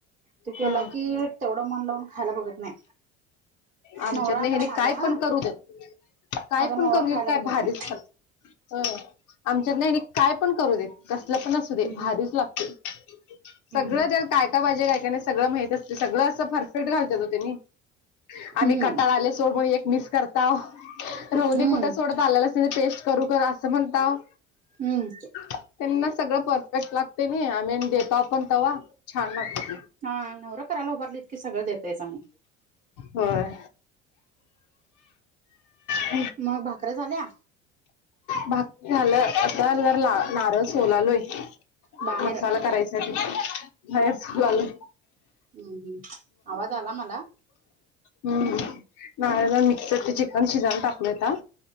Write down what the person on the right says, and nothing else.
तो केला
की त्यवडं मन लावून खायला बघत नाही
नवरा
तर माझा
हा
माझा नवरा
खायला
बघत
नाही.
हम्म
हम्म
हम्म
हम्म
हम्म
हा नवरा करायला उभारलीत की सगळं देतायच आम्ही.
मग भाकऱ्या झाल्या
बाहेर
अंहम्म आवाज आला मला